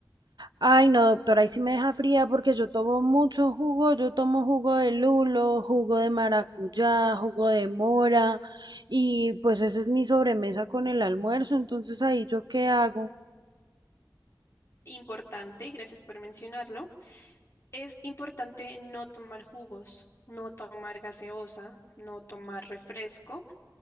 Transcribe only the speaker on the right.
Ay, no, doctora, ahí sí me deja fría porque yo tomo mucho jugo. Yo tomo jugo de lulo, jugo de maracuyá, jugo de mora y pues esa es mi sobremesa con el almuerzo. Entonces, ahí yo qué hago?